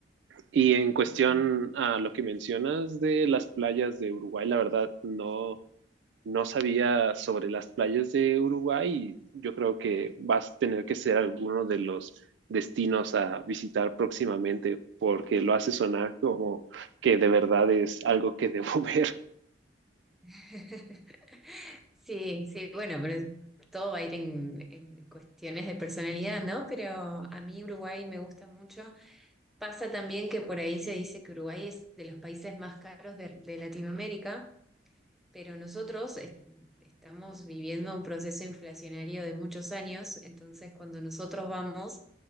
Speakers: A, on the right (about 80°); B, in the centre.
A: Y en cuestión
B: ujú.
A: a lo que mencionas de las playas de Uruguay, la verdad no, no sabía sobre las playas de Uruguay y yo creo que vas a tener que ser alguno de los destinos a visitar próximamente porque lo hace sonar como que de verdad es algo que debo <laughs> ver.
B: <laughs> Sí, sí, bueno, pero es- todo va a ir en, en cuestiones de personalidad, ¿no? Pero a mí Uruguay me gusta mucho. Pasa también que por ahí se dice que Uruguay es de los países más caros de, de Latinoamérica, pero nosotros es- estamos viviendo un proceso inflacionario de muchos años, entonces cuando nosotros vamos,